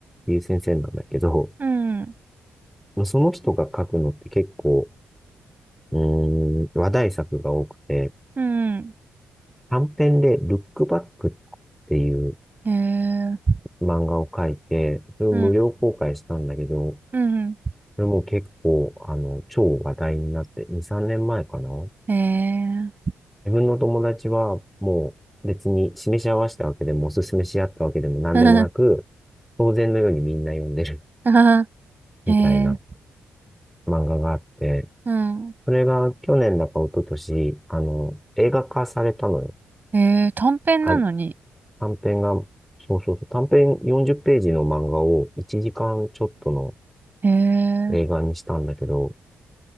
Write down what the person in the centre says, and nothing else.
ていう先生なんだけど、
その人が書くのって結構、うーん、話題作が多くて、
短編でルックバックっていう
漫画を書いて、それを無料公開したんだけど、
それも結構、あの、超話題になって、2、3年前かな。
自分の友達はもう別に示し合わせたわけでも、おすすめし合ったわけでも何でもなく、
当然のようにみんな読んでる
みたいな
漫画があって、
それが去年だか一昨年、あの、映画化されたのよ。
あ、短編が、そうそうそう、短編40ページの漫画を1時間ちょっとの
映画にしたんだけど、